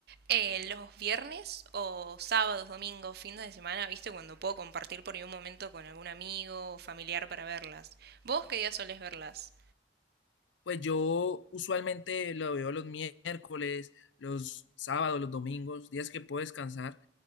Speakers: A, on the right; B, on the left.
A: eh, los viernes o sábados, domingos, fines de semana, ¿viste? Cuando puedo compartir por ahí un momento con algún amigo o familiar para verlas. ¿Vos qué día solés verlas?
B: pues yo usualmente lo veo los miércoles, los sábados, los domingos, días que puedo descansar.